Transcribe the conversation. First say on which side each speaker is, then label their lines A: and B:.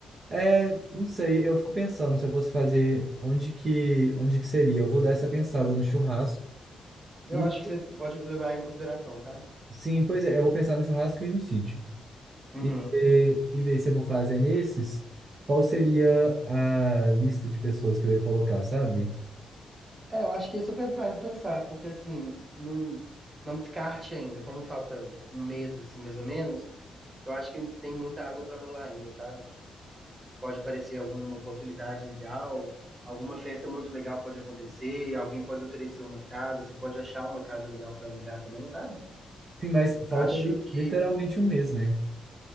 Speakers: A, on the right; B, on the right.
A: É, não sei, eu fico pensando se eu fosse fazer onde que, onde que seria. Eu vou dar essa pensada no churrasco.
B: Eu
A: E
B: acho que você pode levar em consideração, tá?
A: sim, pois é, eu vou pensar no churrasco e no sítio.
B: Uhum.
A: e ver, e ver se eu vou fazer nesses, qual seria a lista de pessoas que eu ia colocar, sabe?
B: É, eu acho que é super válido pensar, porque assim, não, não descarte ainda, como falta um mês, assim, mais ou menos, eu acho que tem muita água pra rolar ainda, sabe? pode aparecer alguma oportunidade legal, alguma festa muito legal pode acontecer, alguém pode oferecer uma casa, você pode achar uma casa legal para alugar também, sabe?
A: Sim, mas falta
B: Acho
A: li-
B: que
A: literalmente um mês, né?